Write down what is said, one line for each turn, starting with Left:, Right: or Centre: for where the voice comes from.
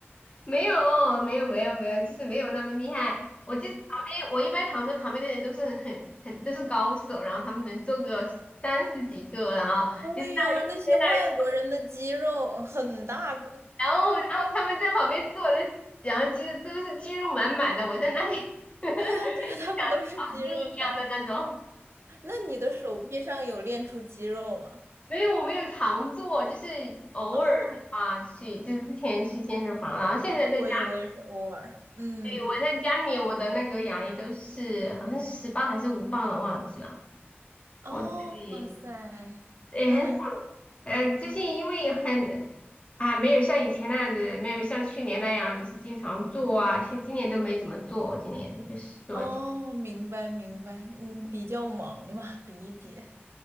Left: 没有没有没有没有，就是没有那么厉害。我就是旁边，我一般躺在旁边的人都是很很都是高手，然后他们能做个三十几个，然后就在那里在那里，
Right: 对呀，那些外国人的肌肉很大个。
Left: 然后然后他们在旁边坐着，然后肌都是肌肉满满的，我在那里 <laughs> 像
Right: 对呀，对呀，
Left: 小鸡一样的那种。
Right: 他们都是肌肉男。那你的手臂上有练出肌肉吗？
Left: 没有，我没有常做，就是偶尔的话去，
Right: 哦，
Left: 就是之前去健身房，然后现在在家。
Right: 我也我也是偶尔。嗯，
Left: 对，我在家里面，我的那个哑铃都是好像是十磅还是五磅的，忘记了。
Right: 哦，
Left: 我自己
Right: 哇塞，
Left: 对很少，
Right: 那还
Left: 呃，最近因为很啊，没有像以前那样子，没有像去年那样，就是经常做啊，像今年都没怎么做，今年就是做，
Right: 哦，明白明白，嗯，比较忙嘛，理解。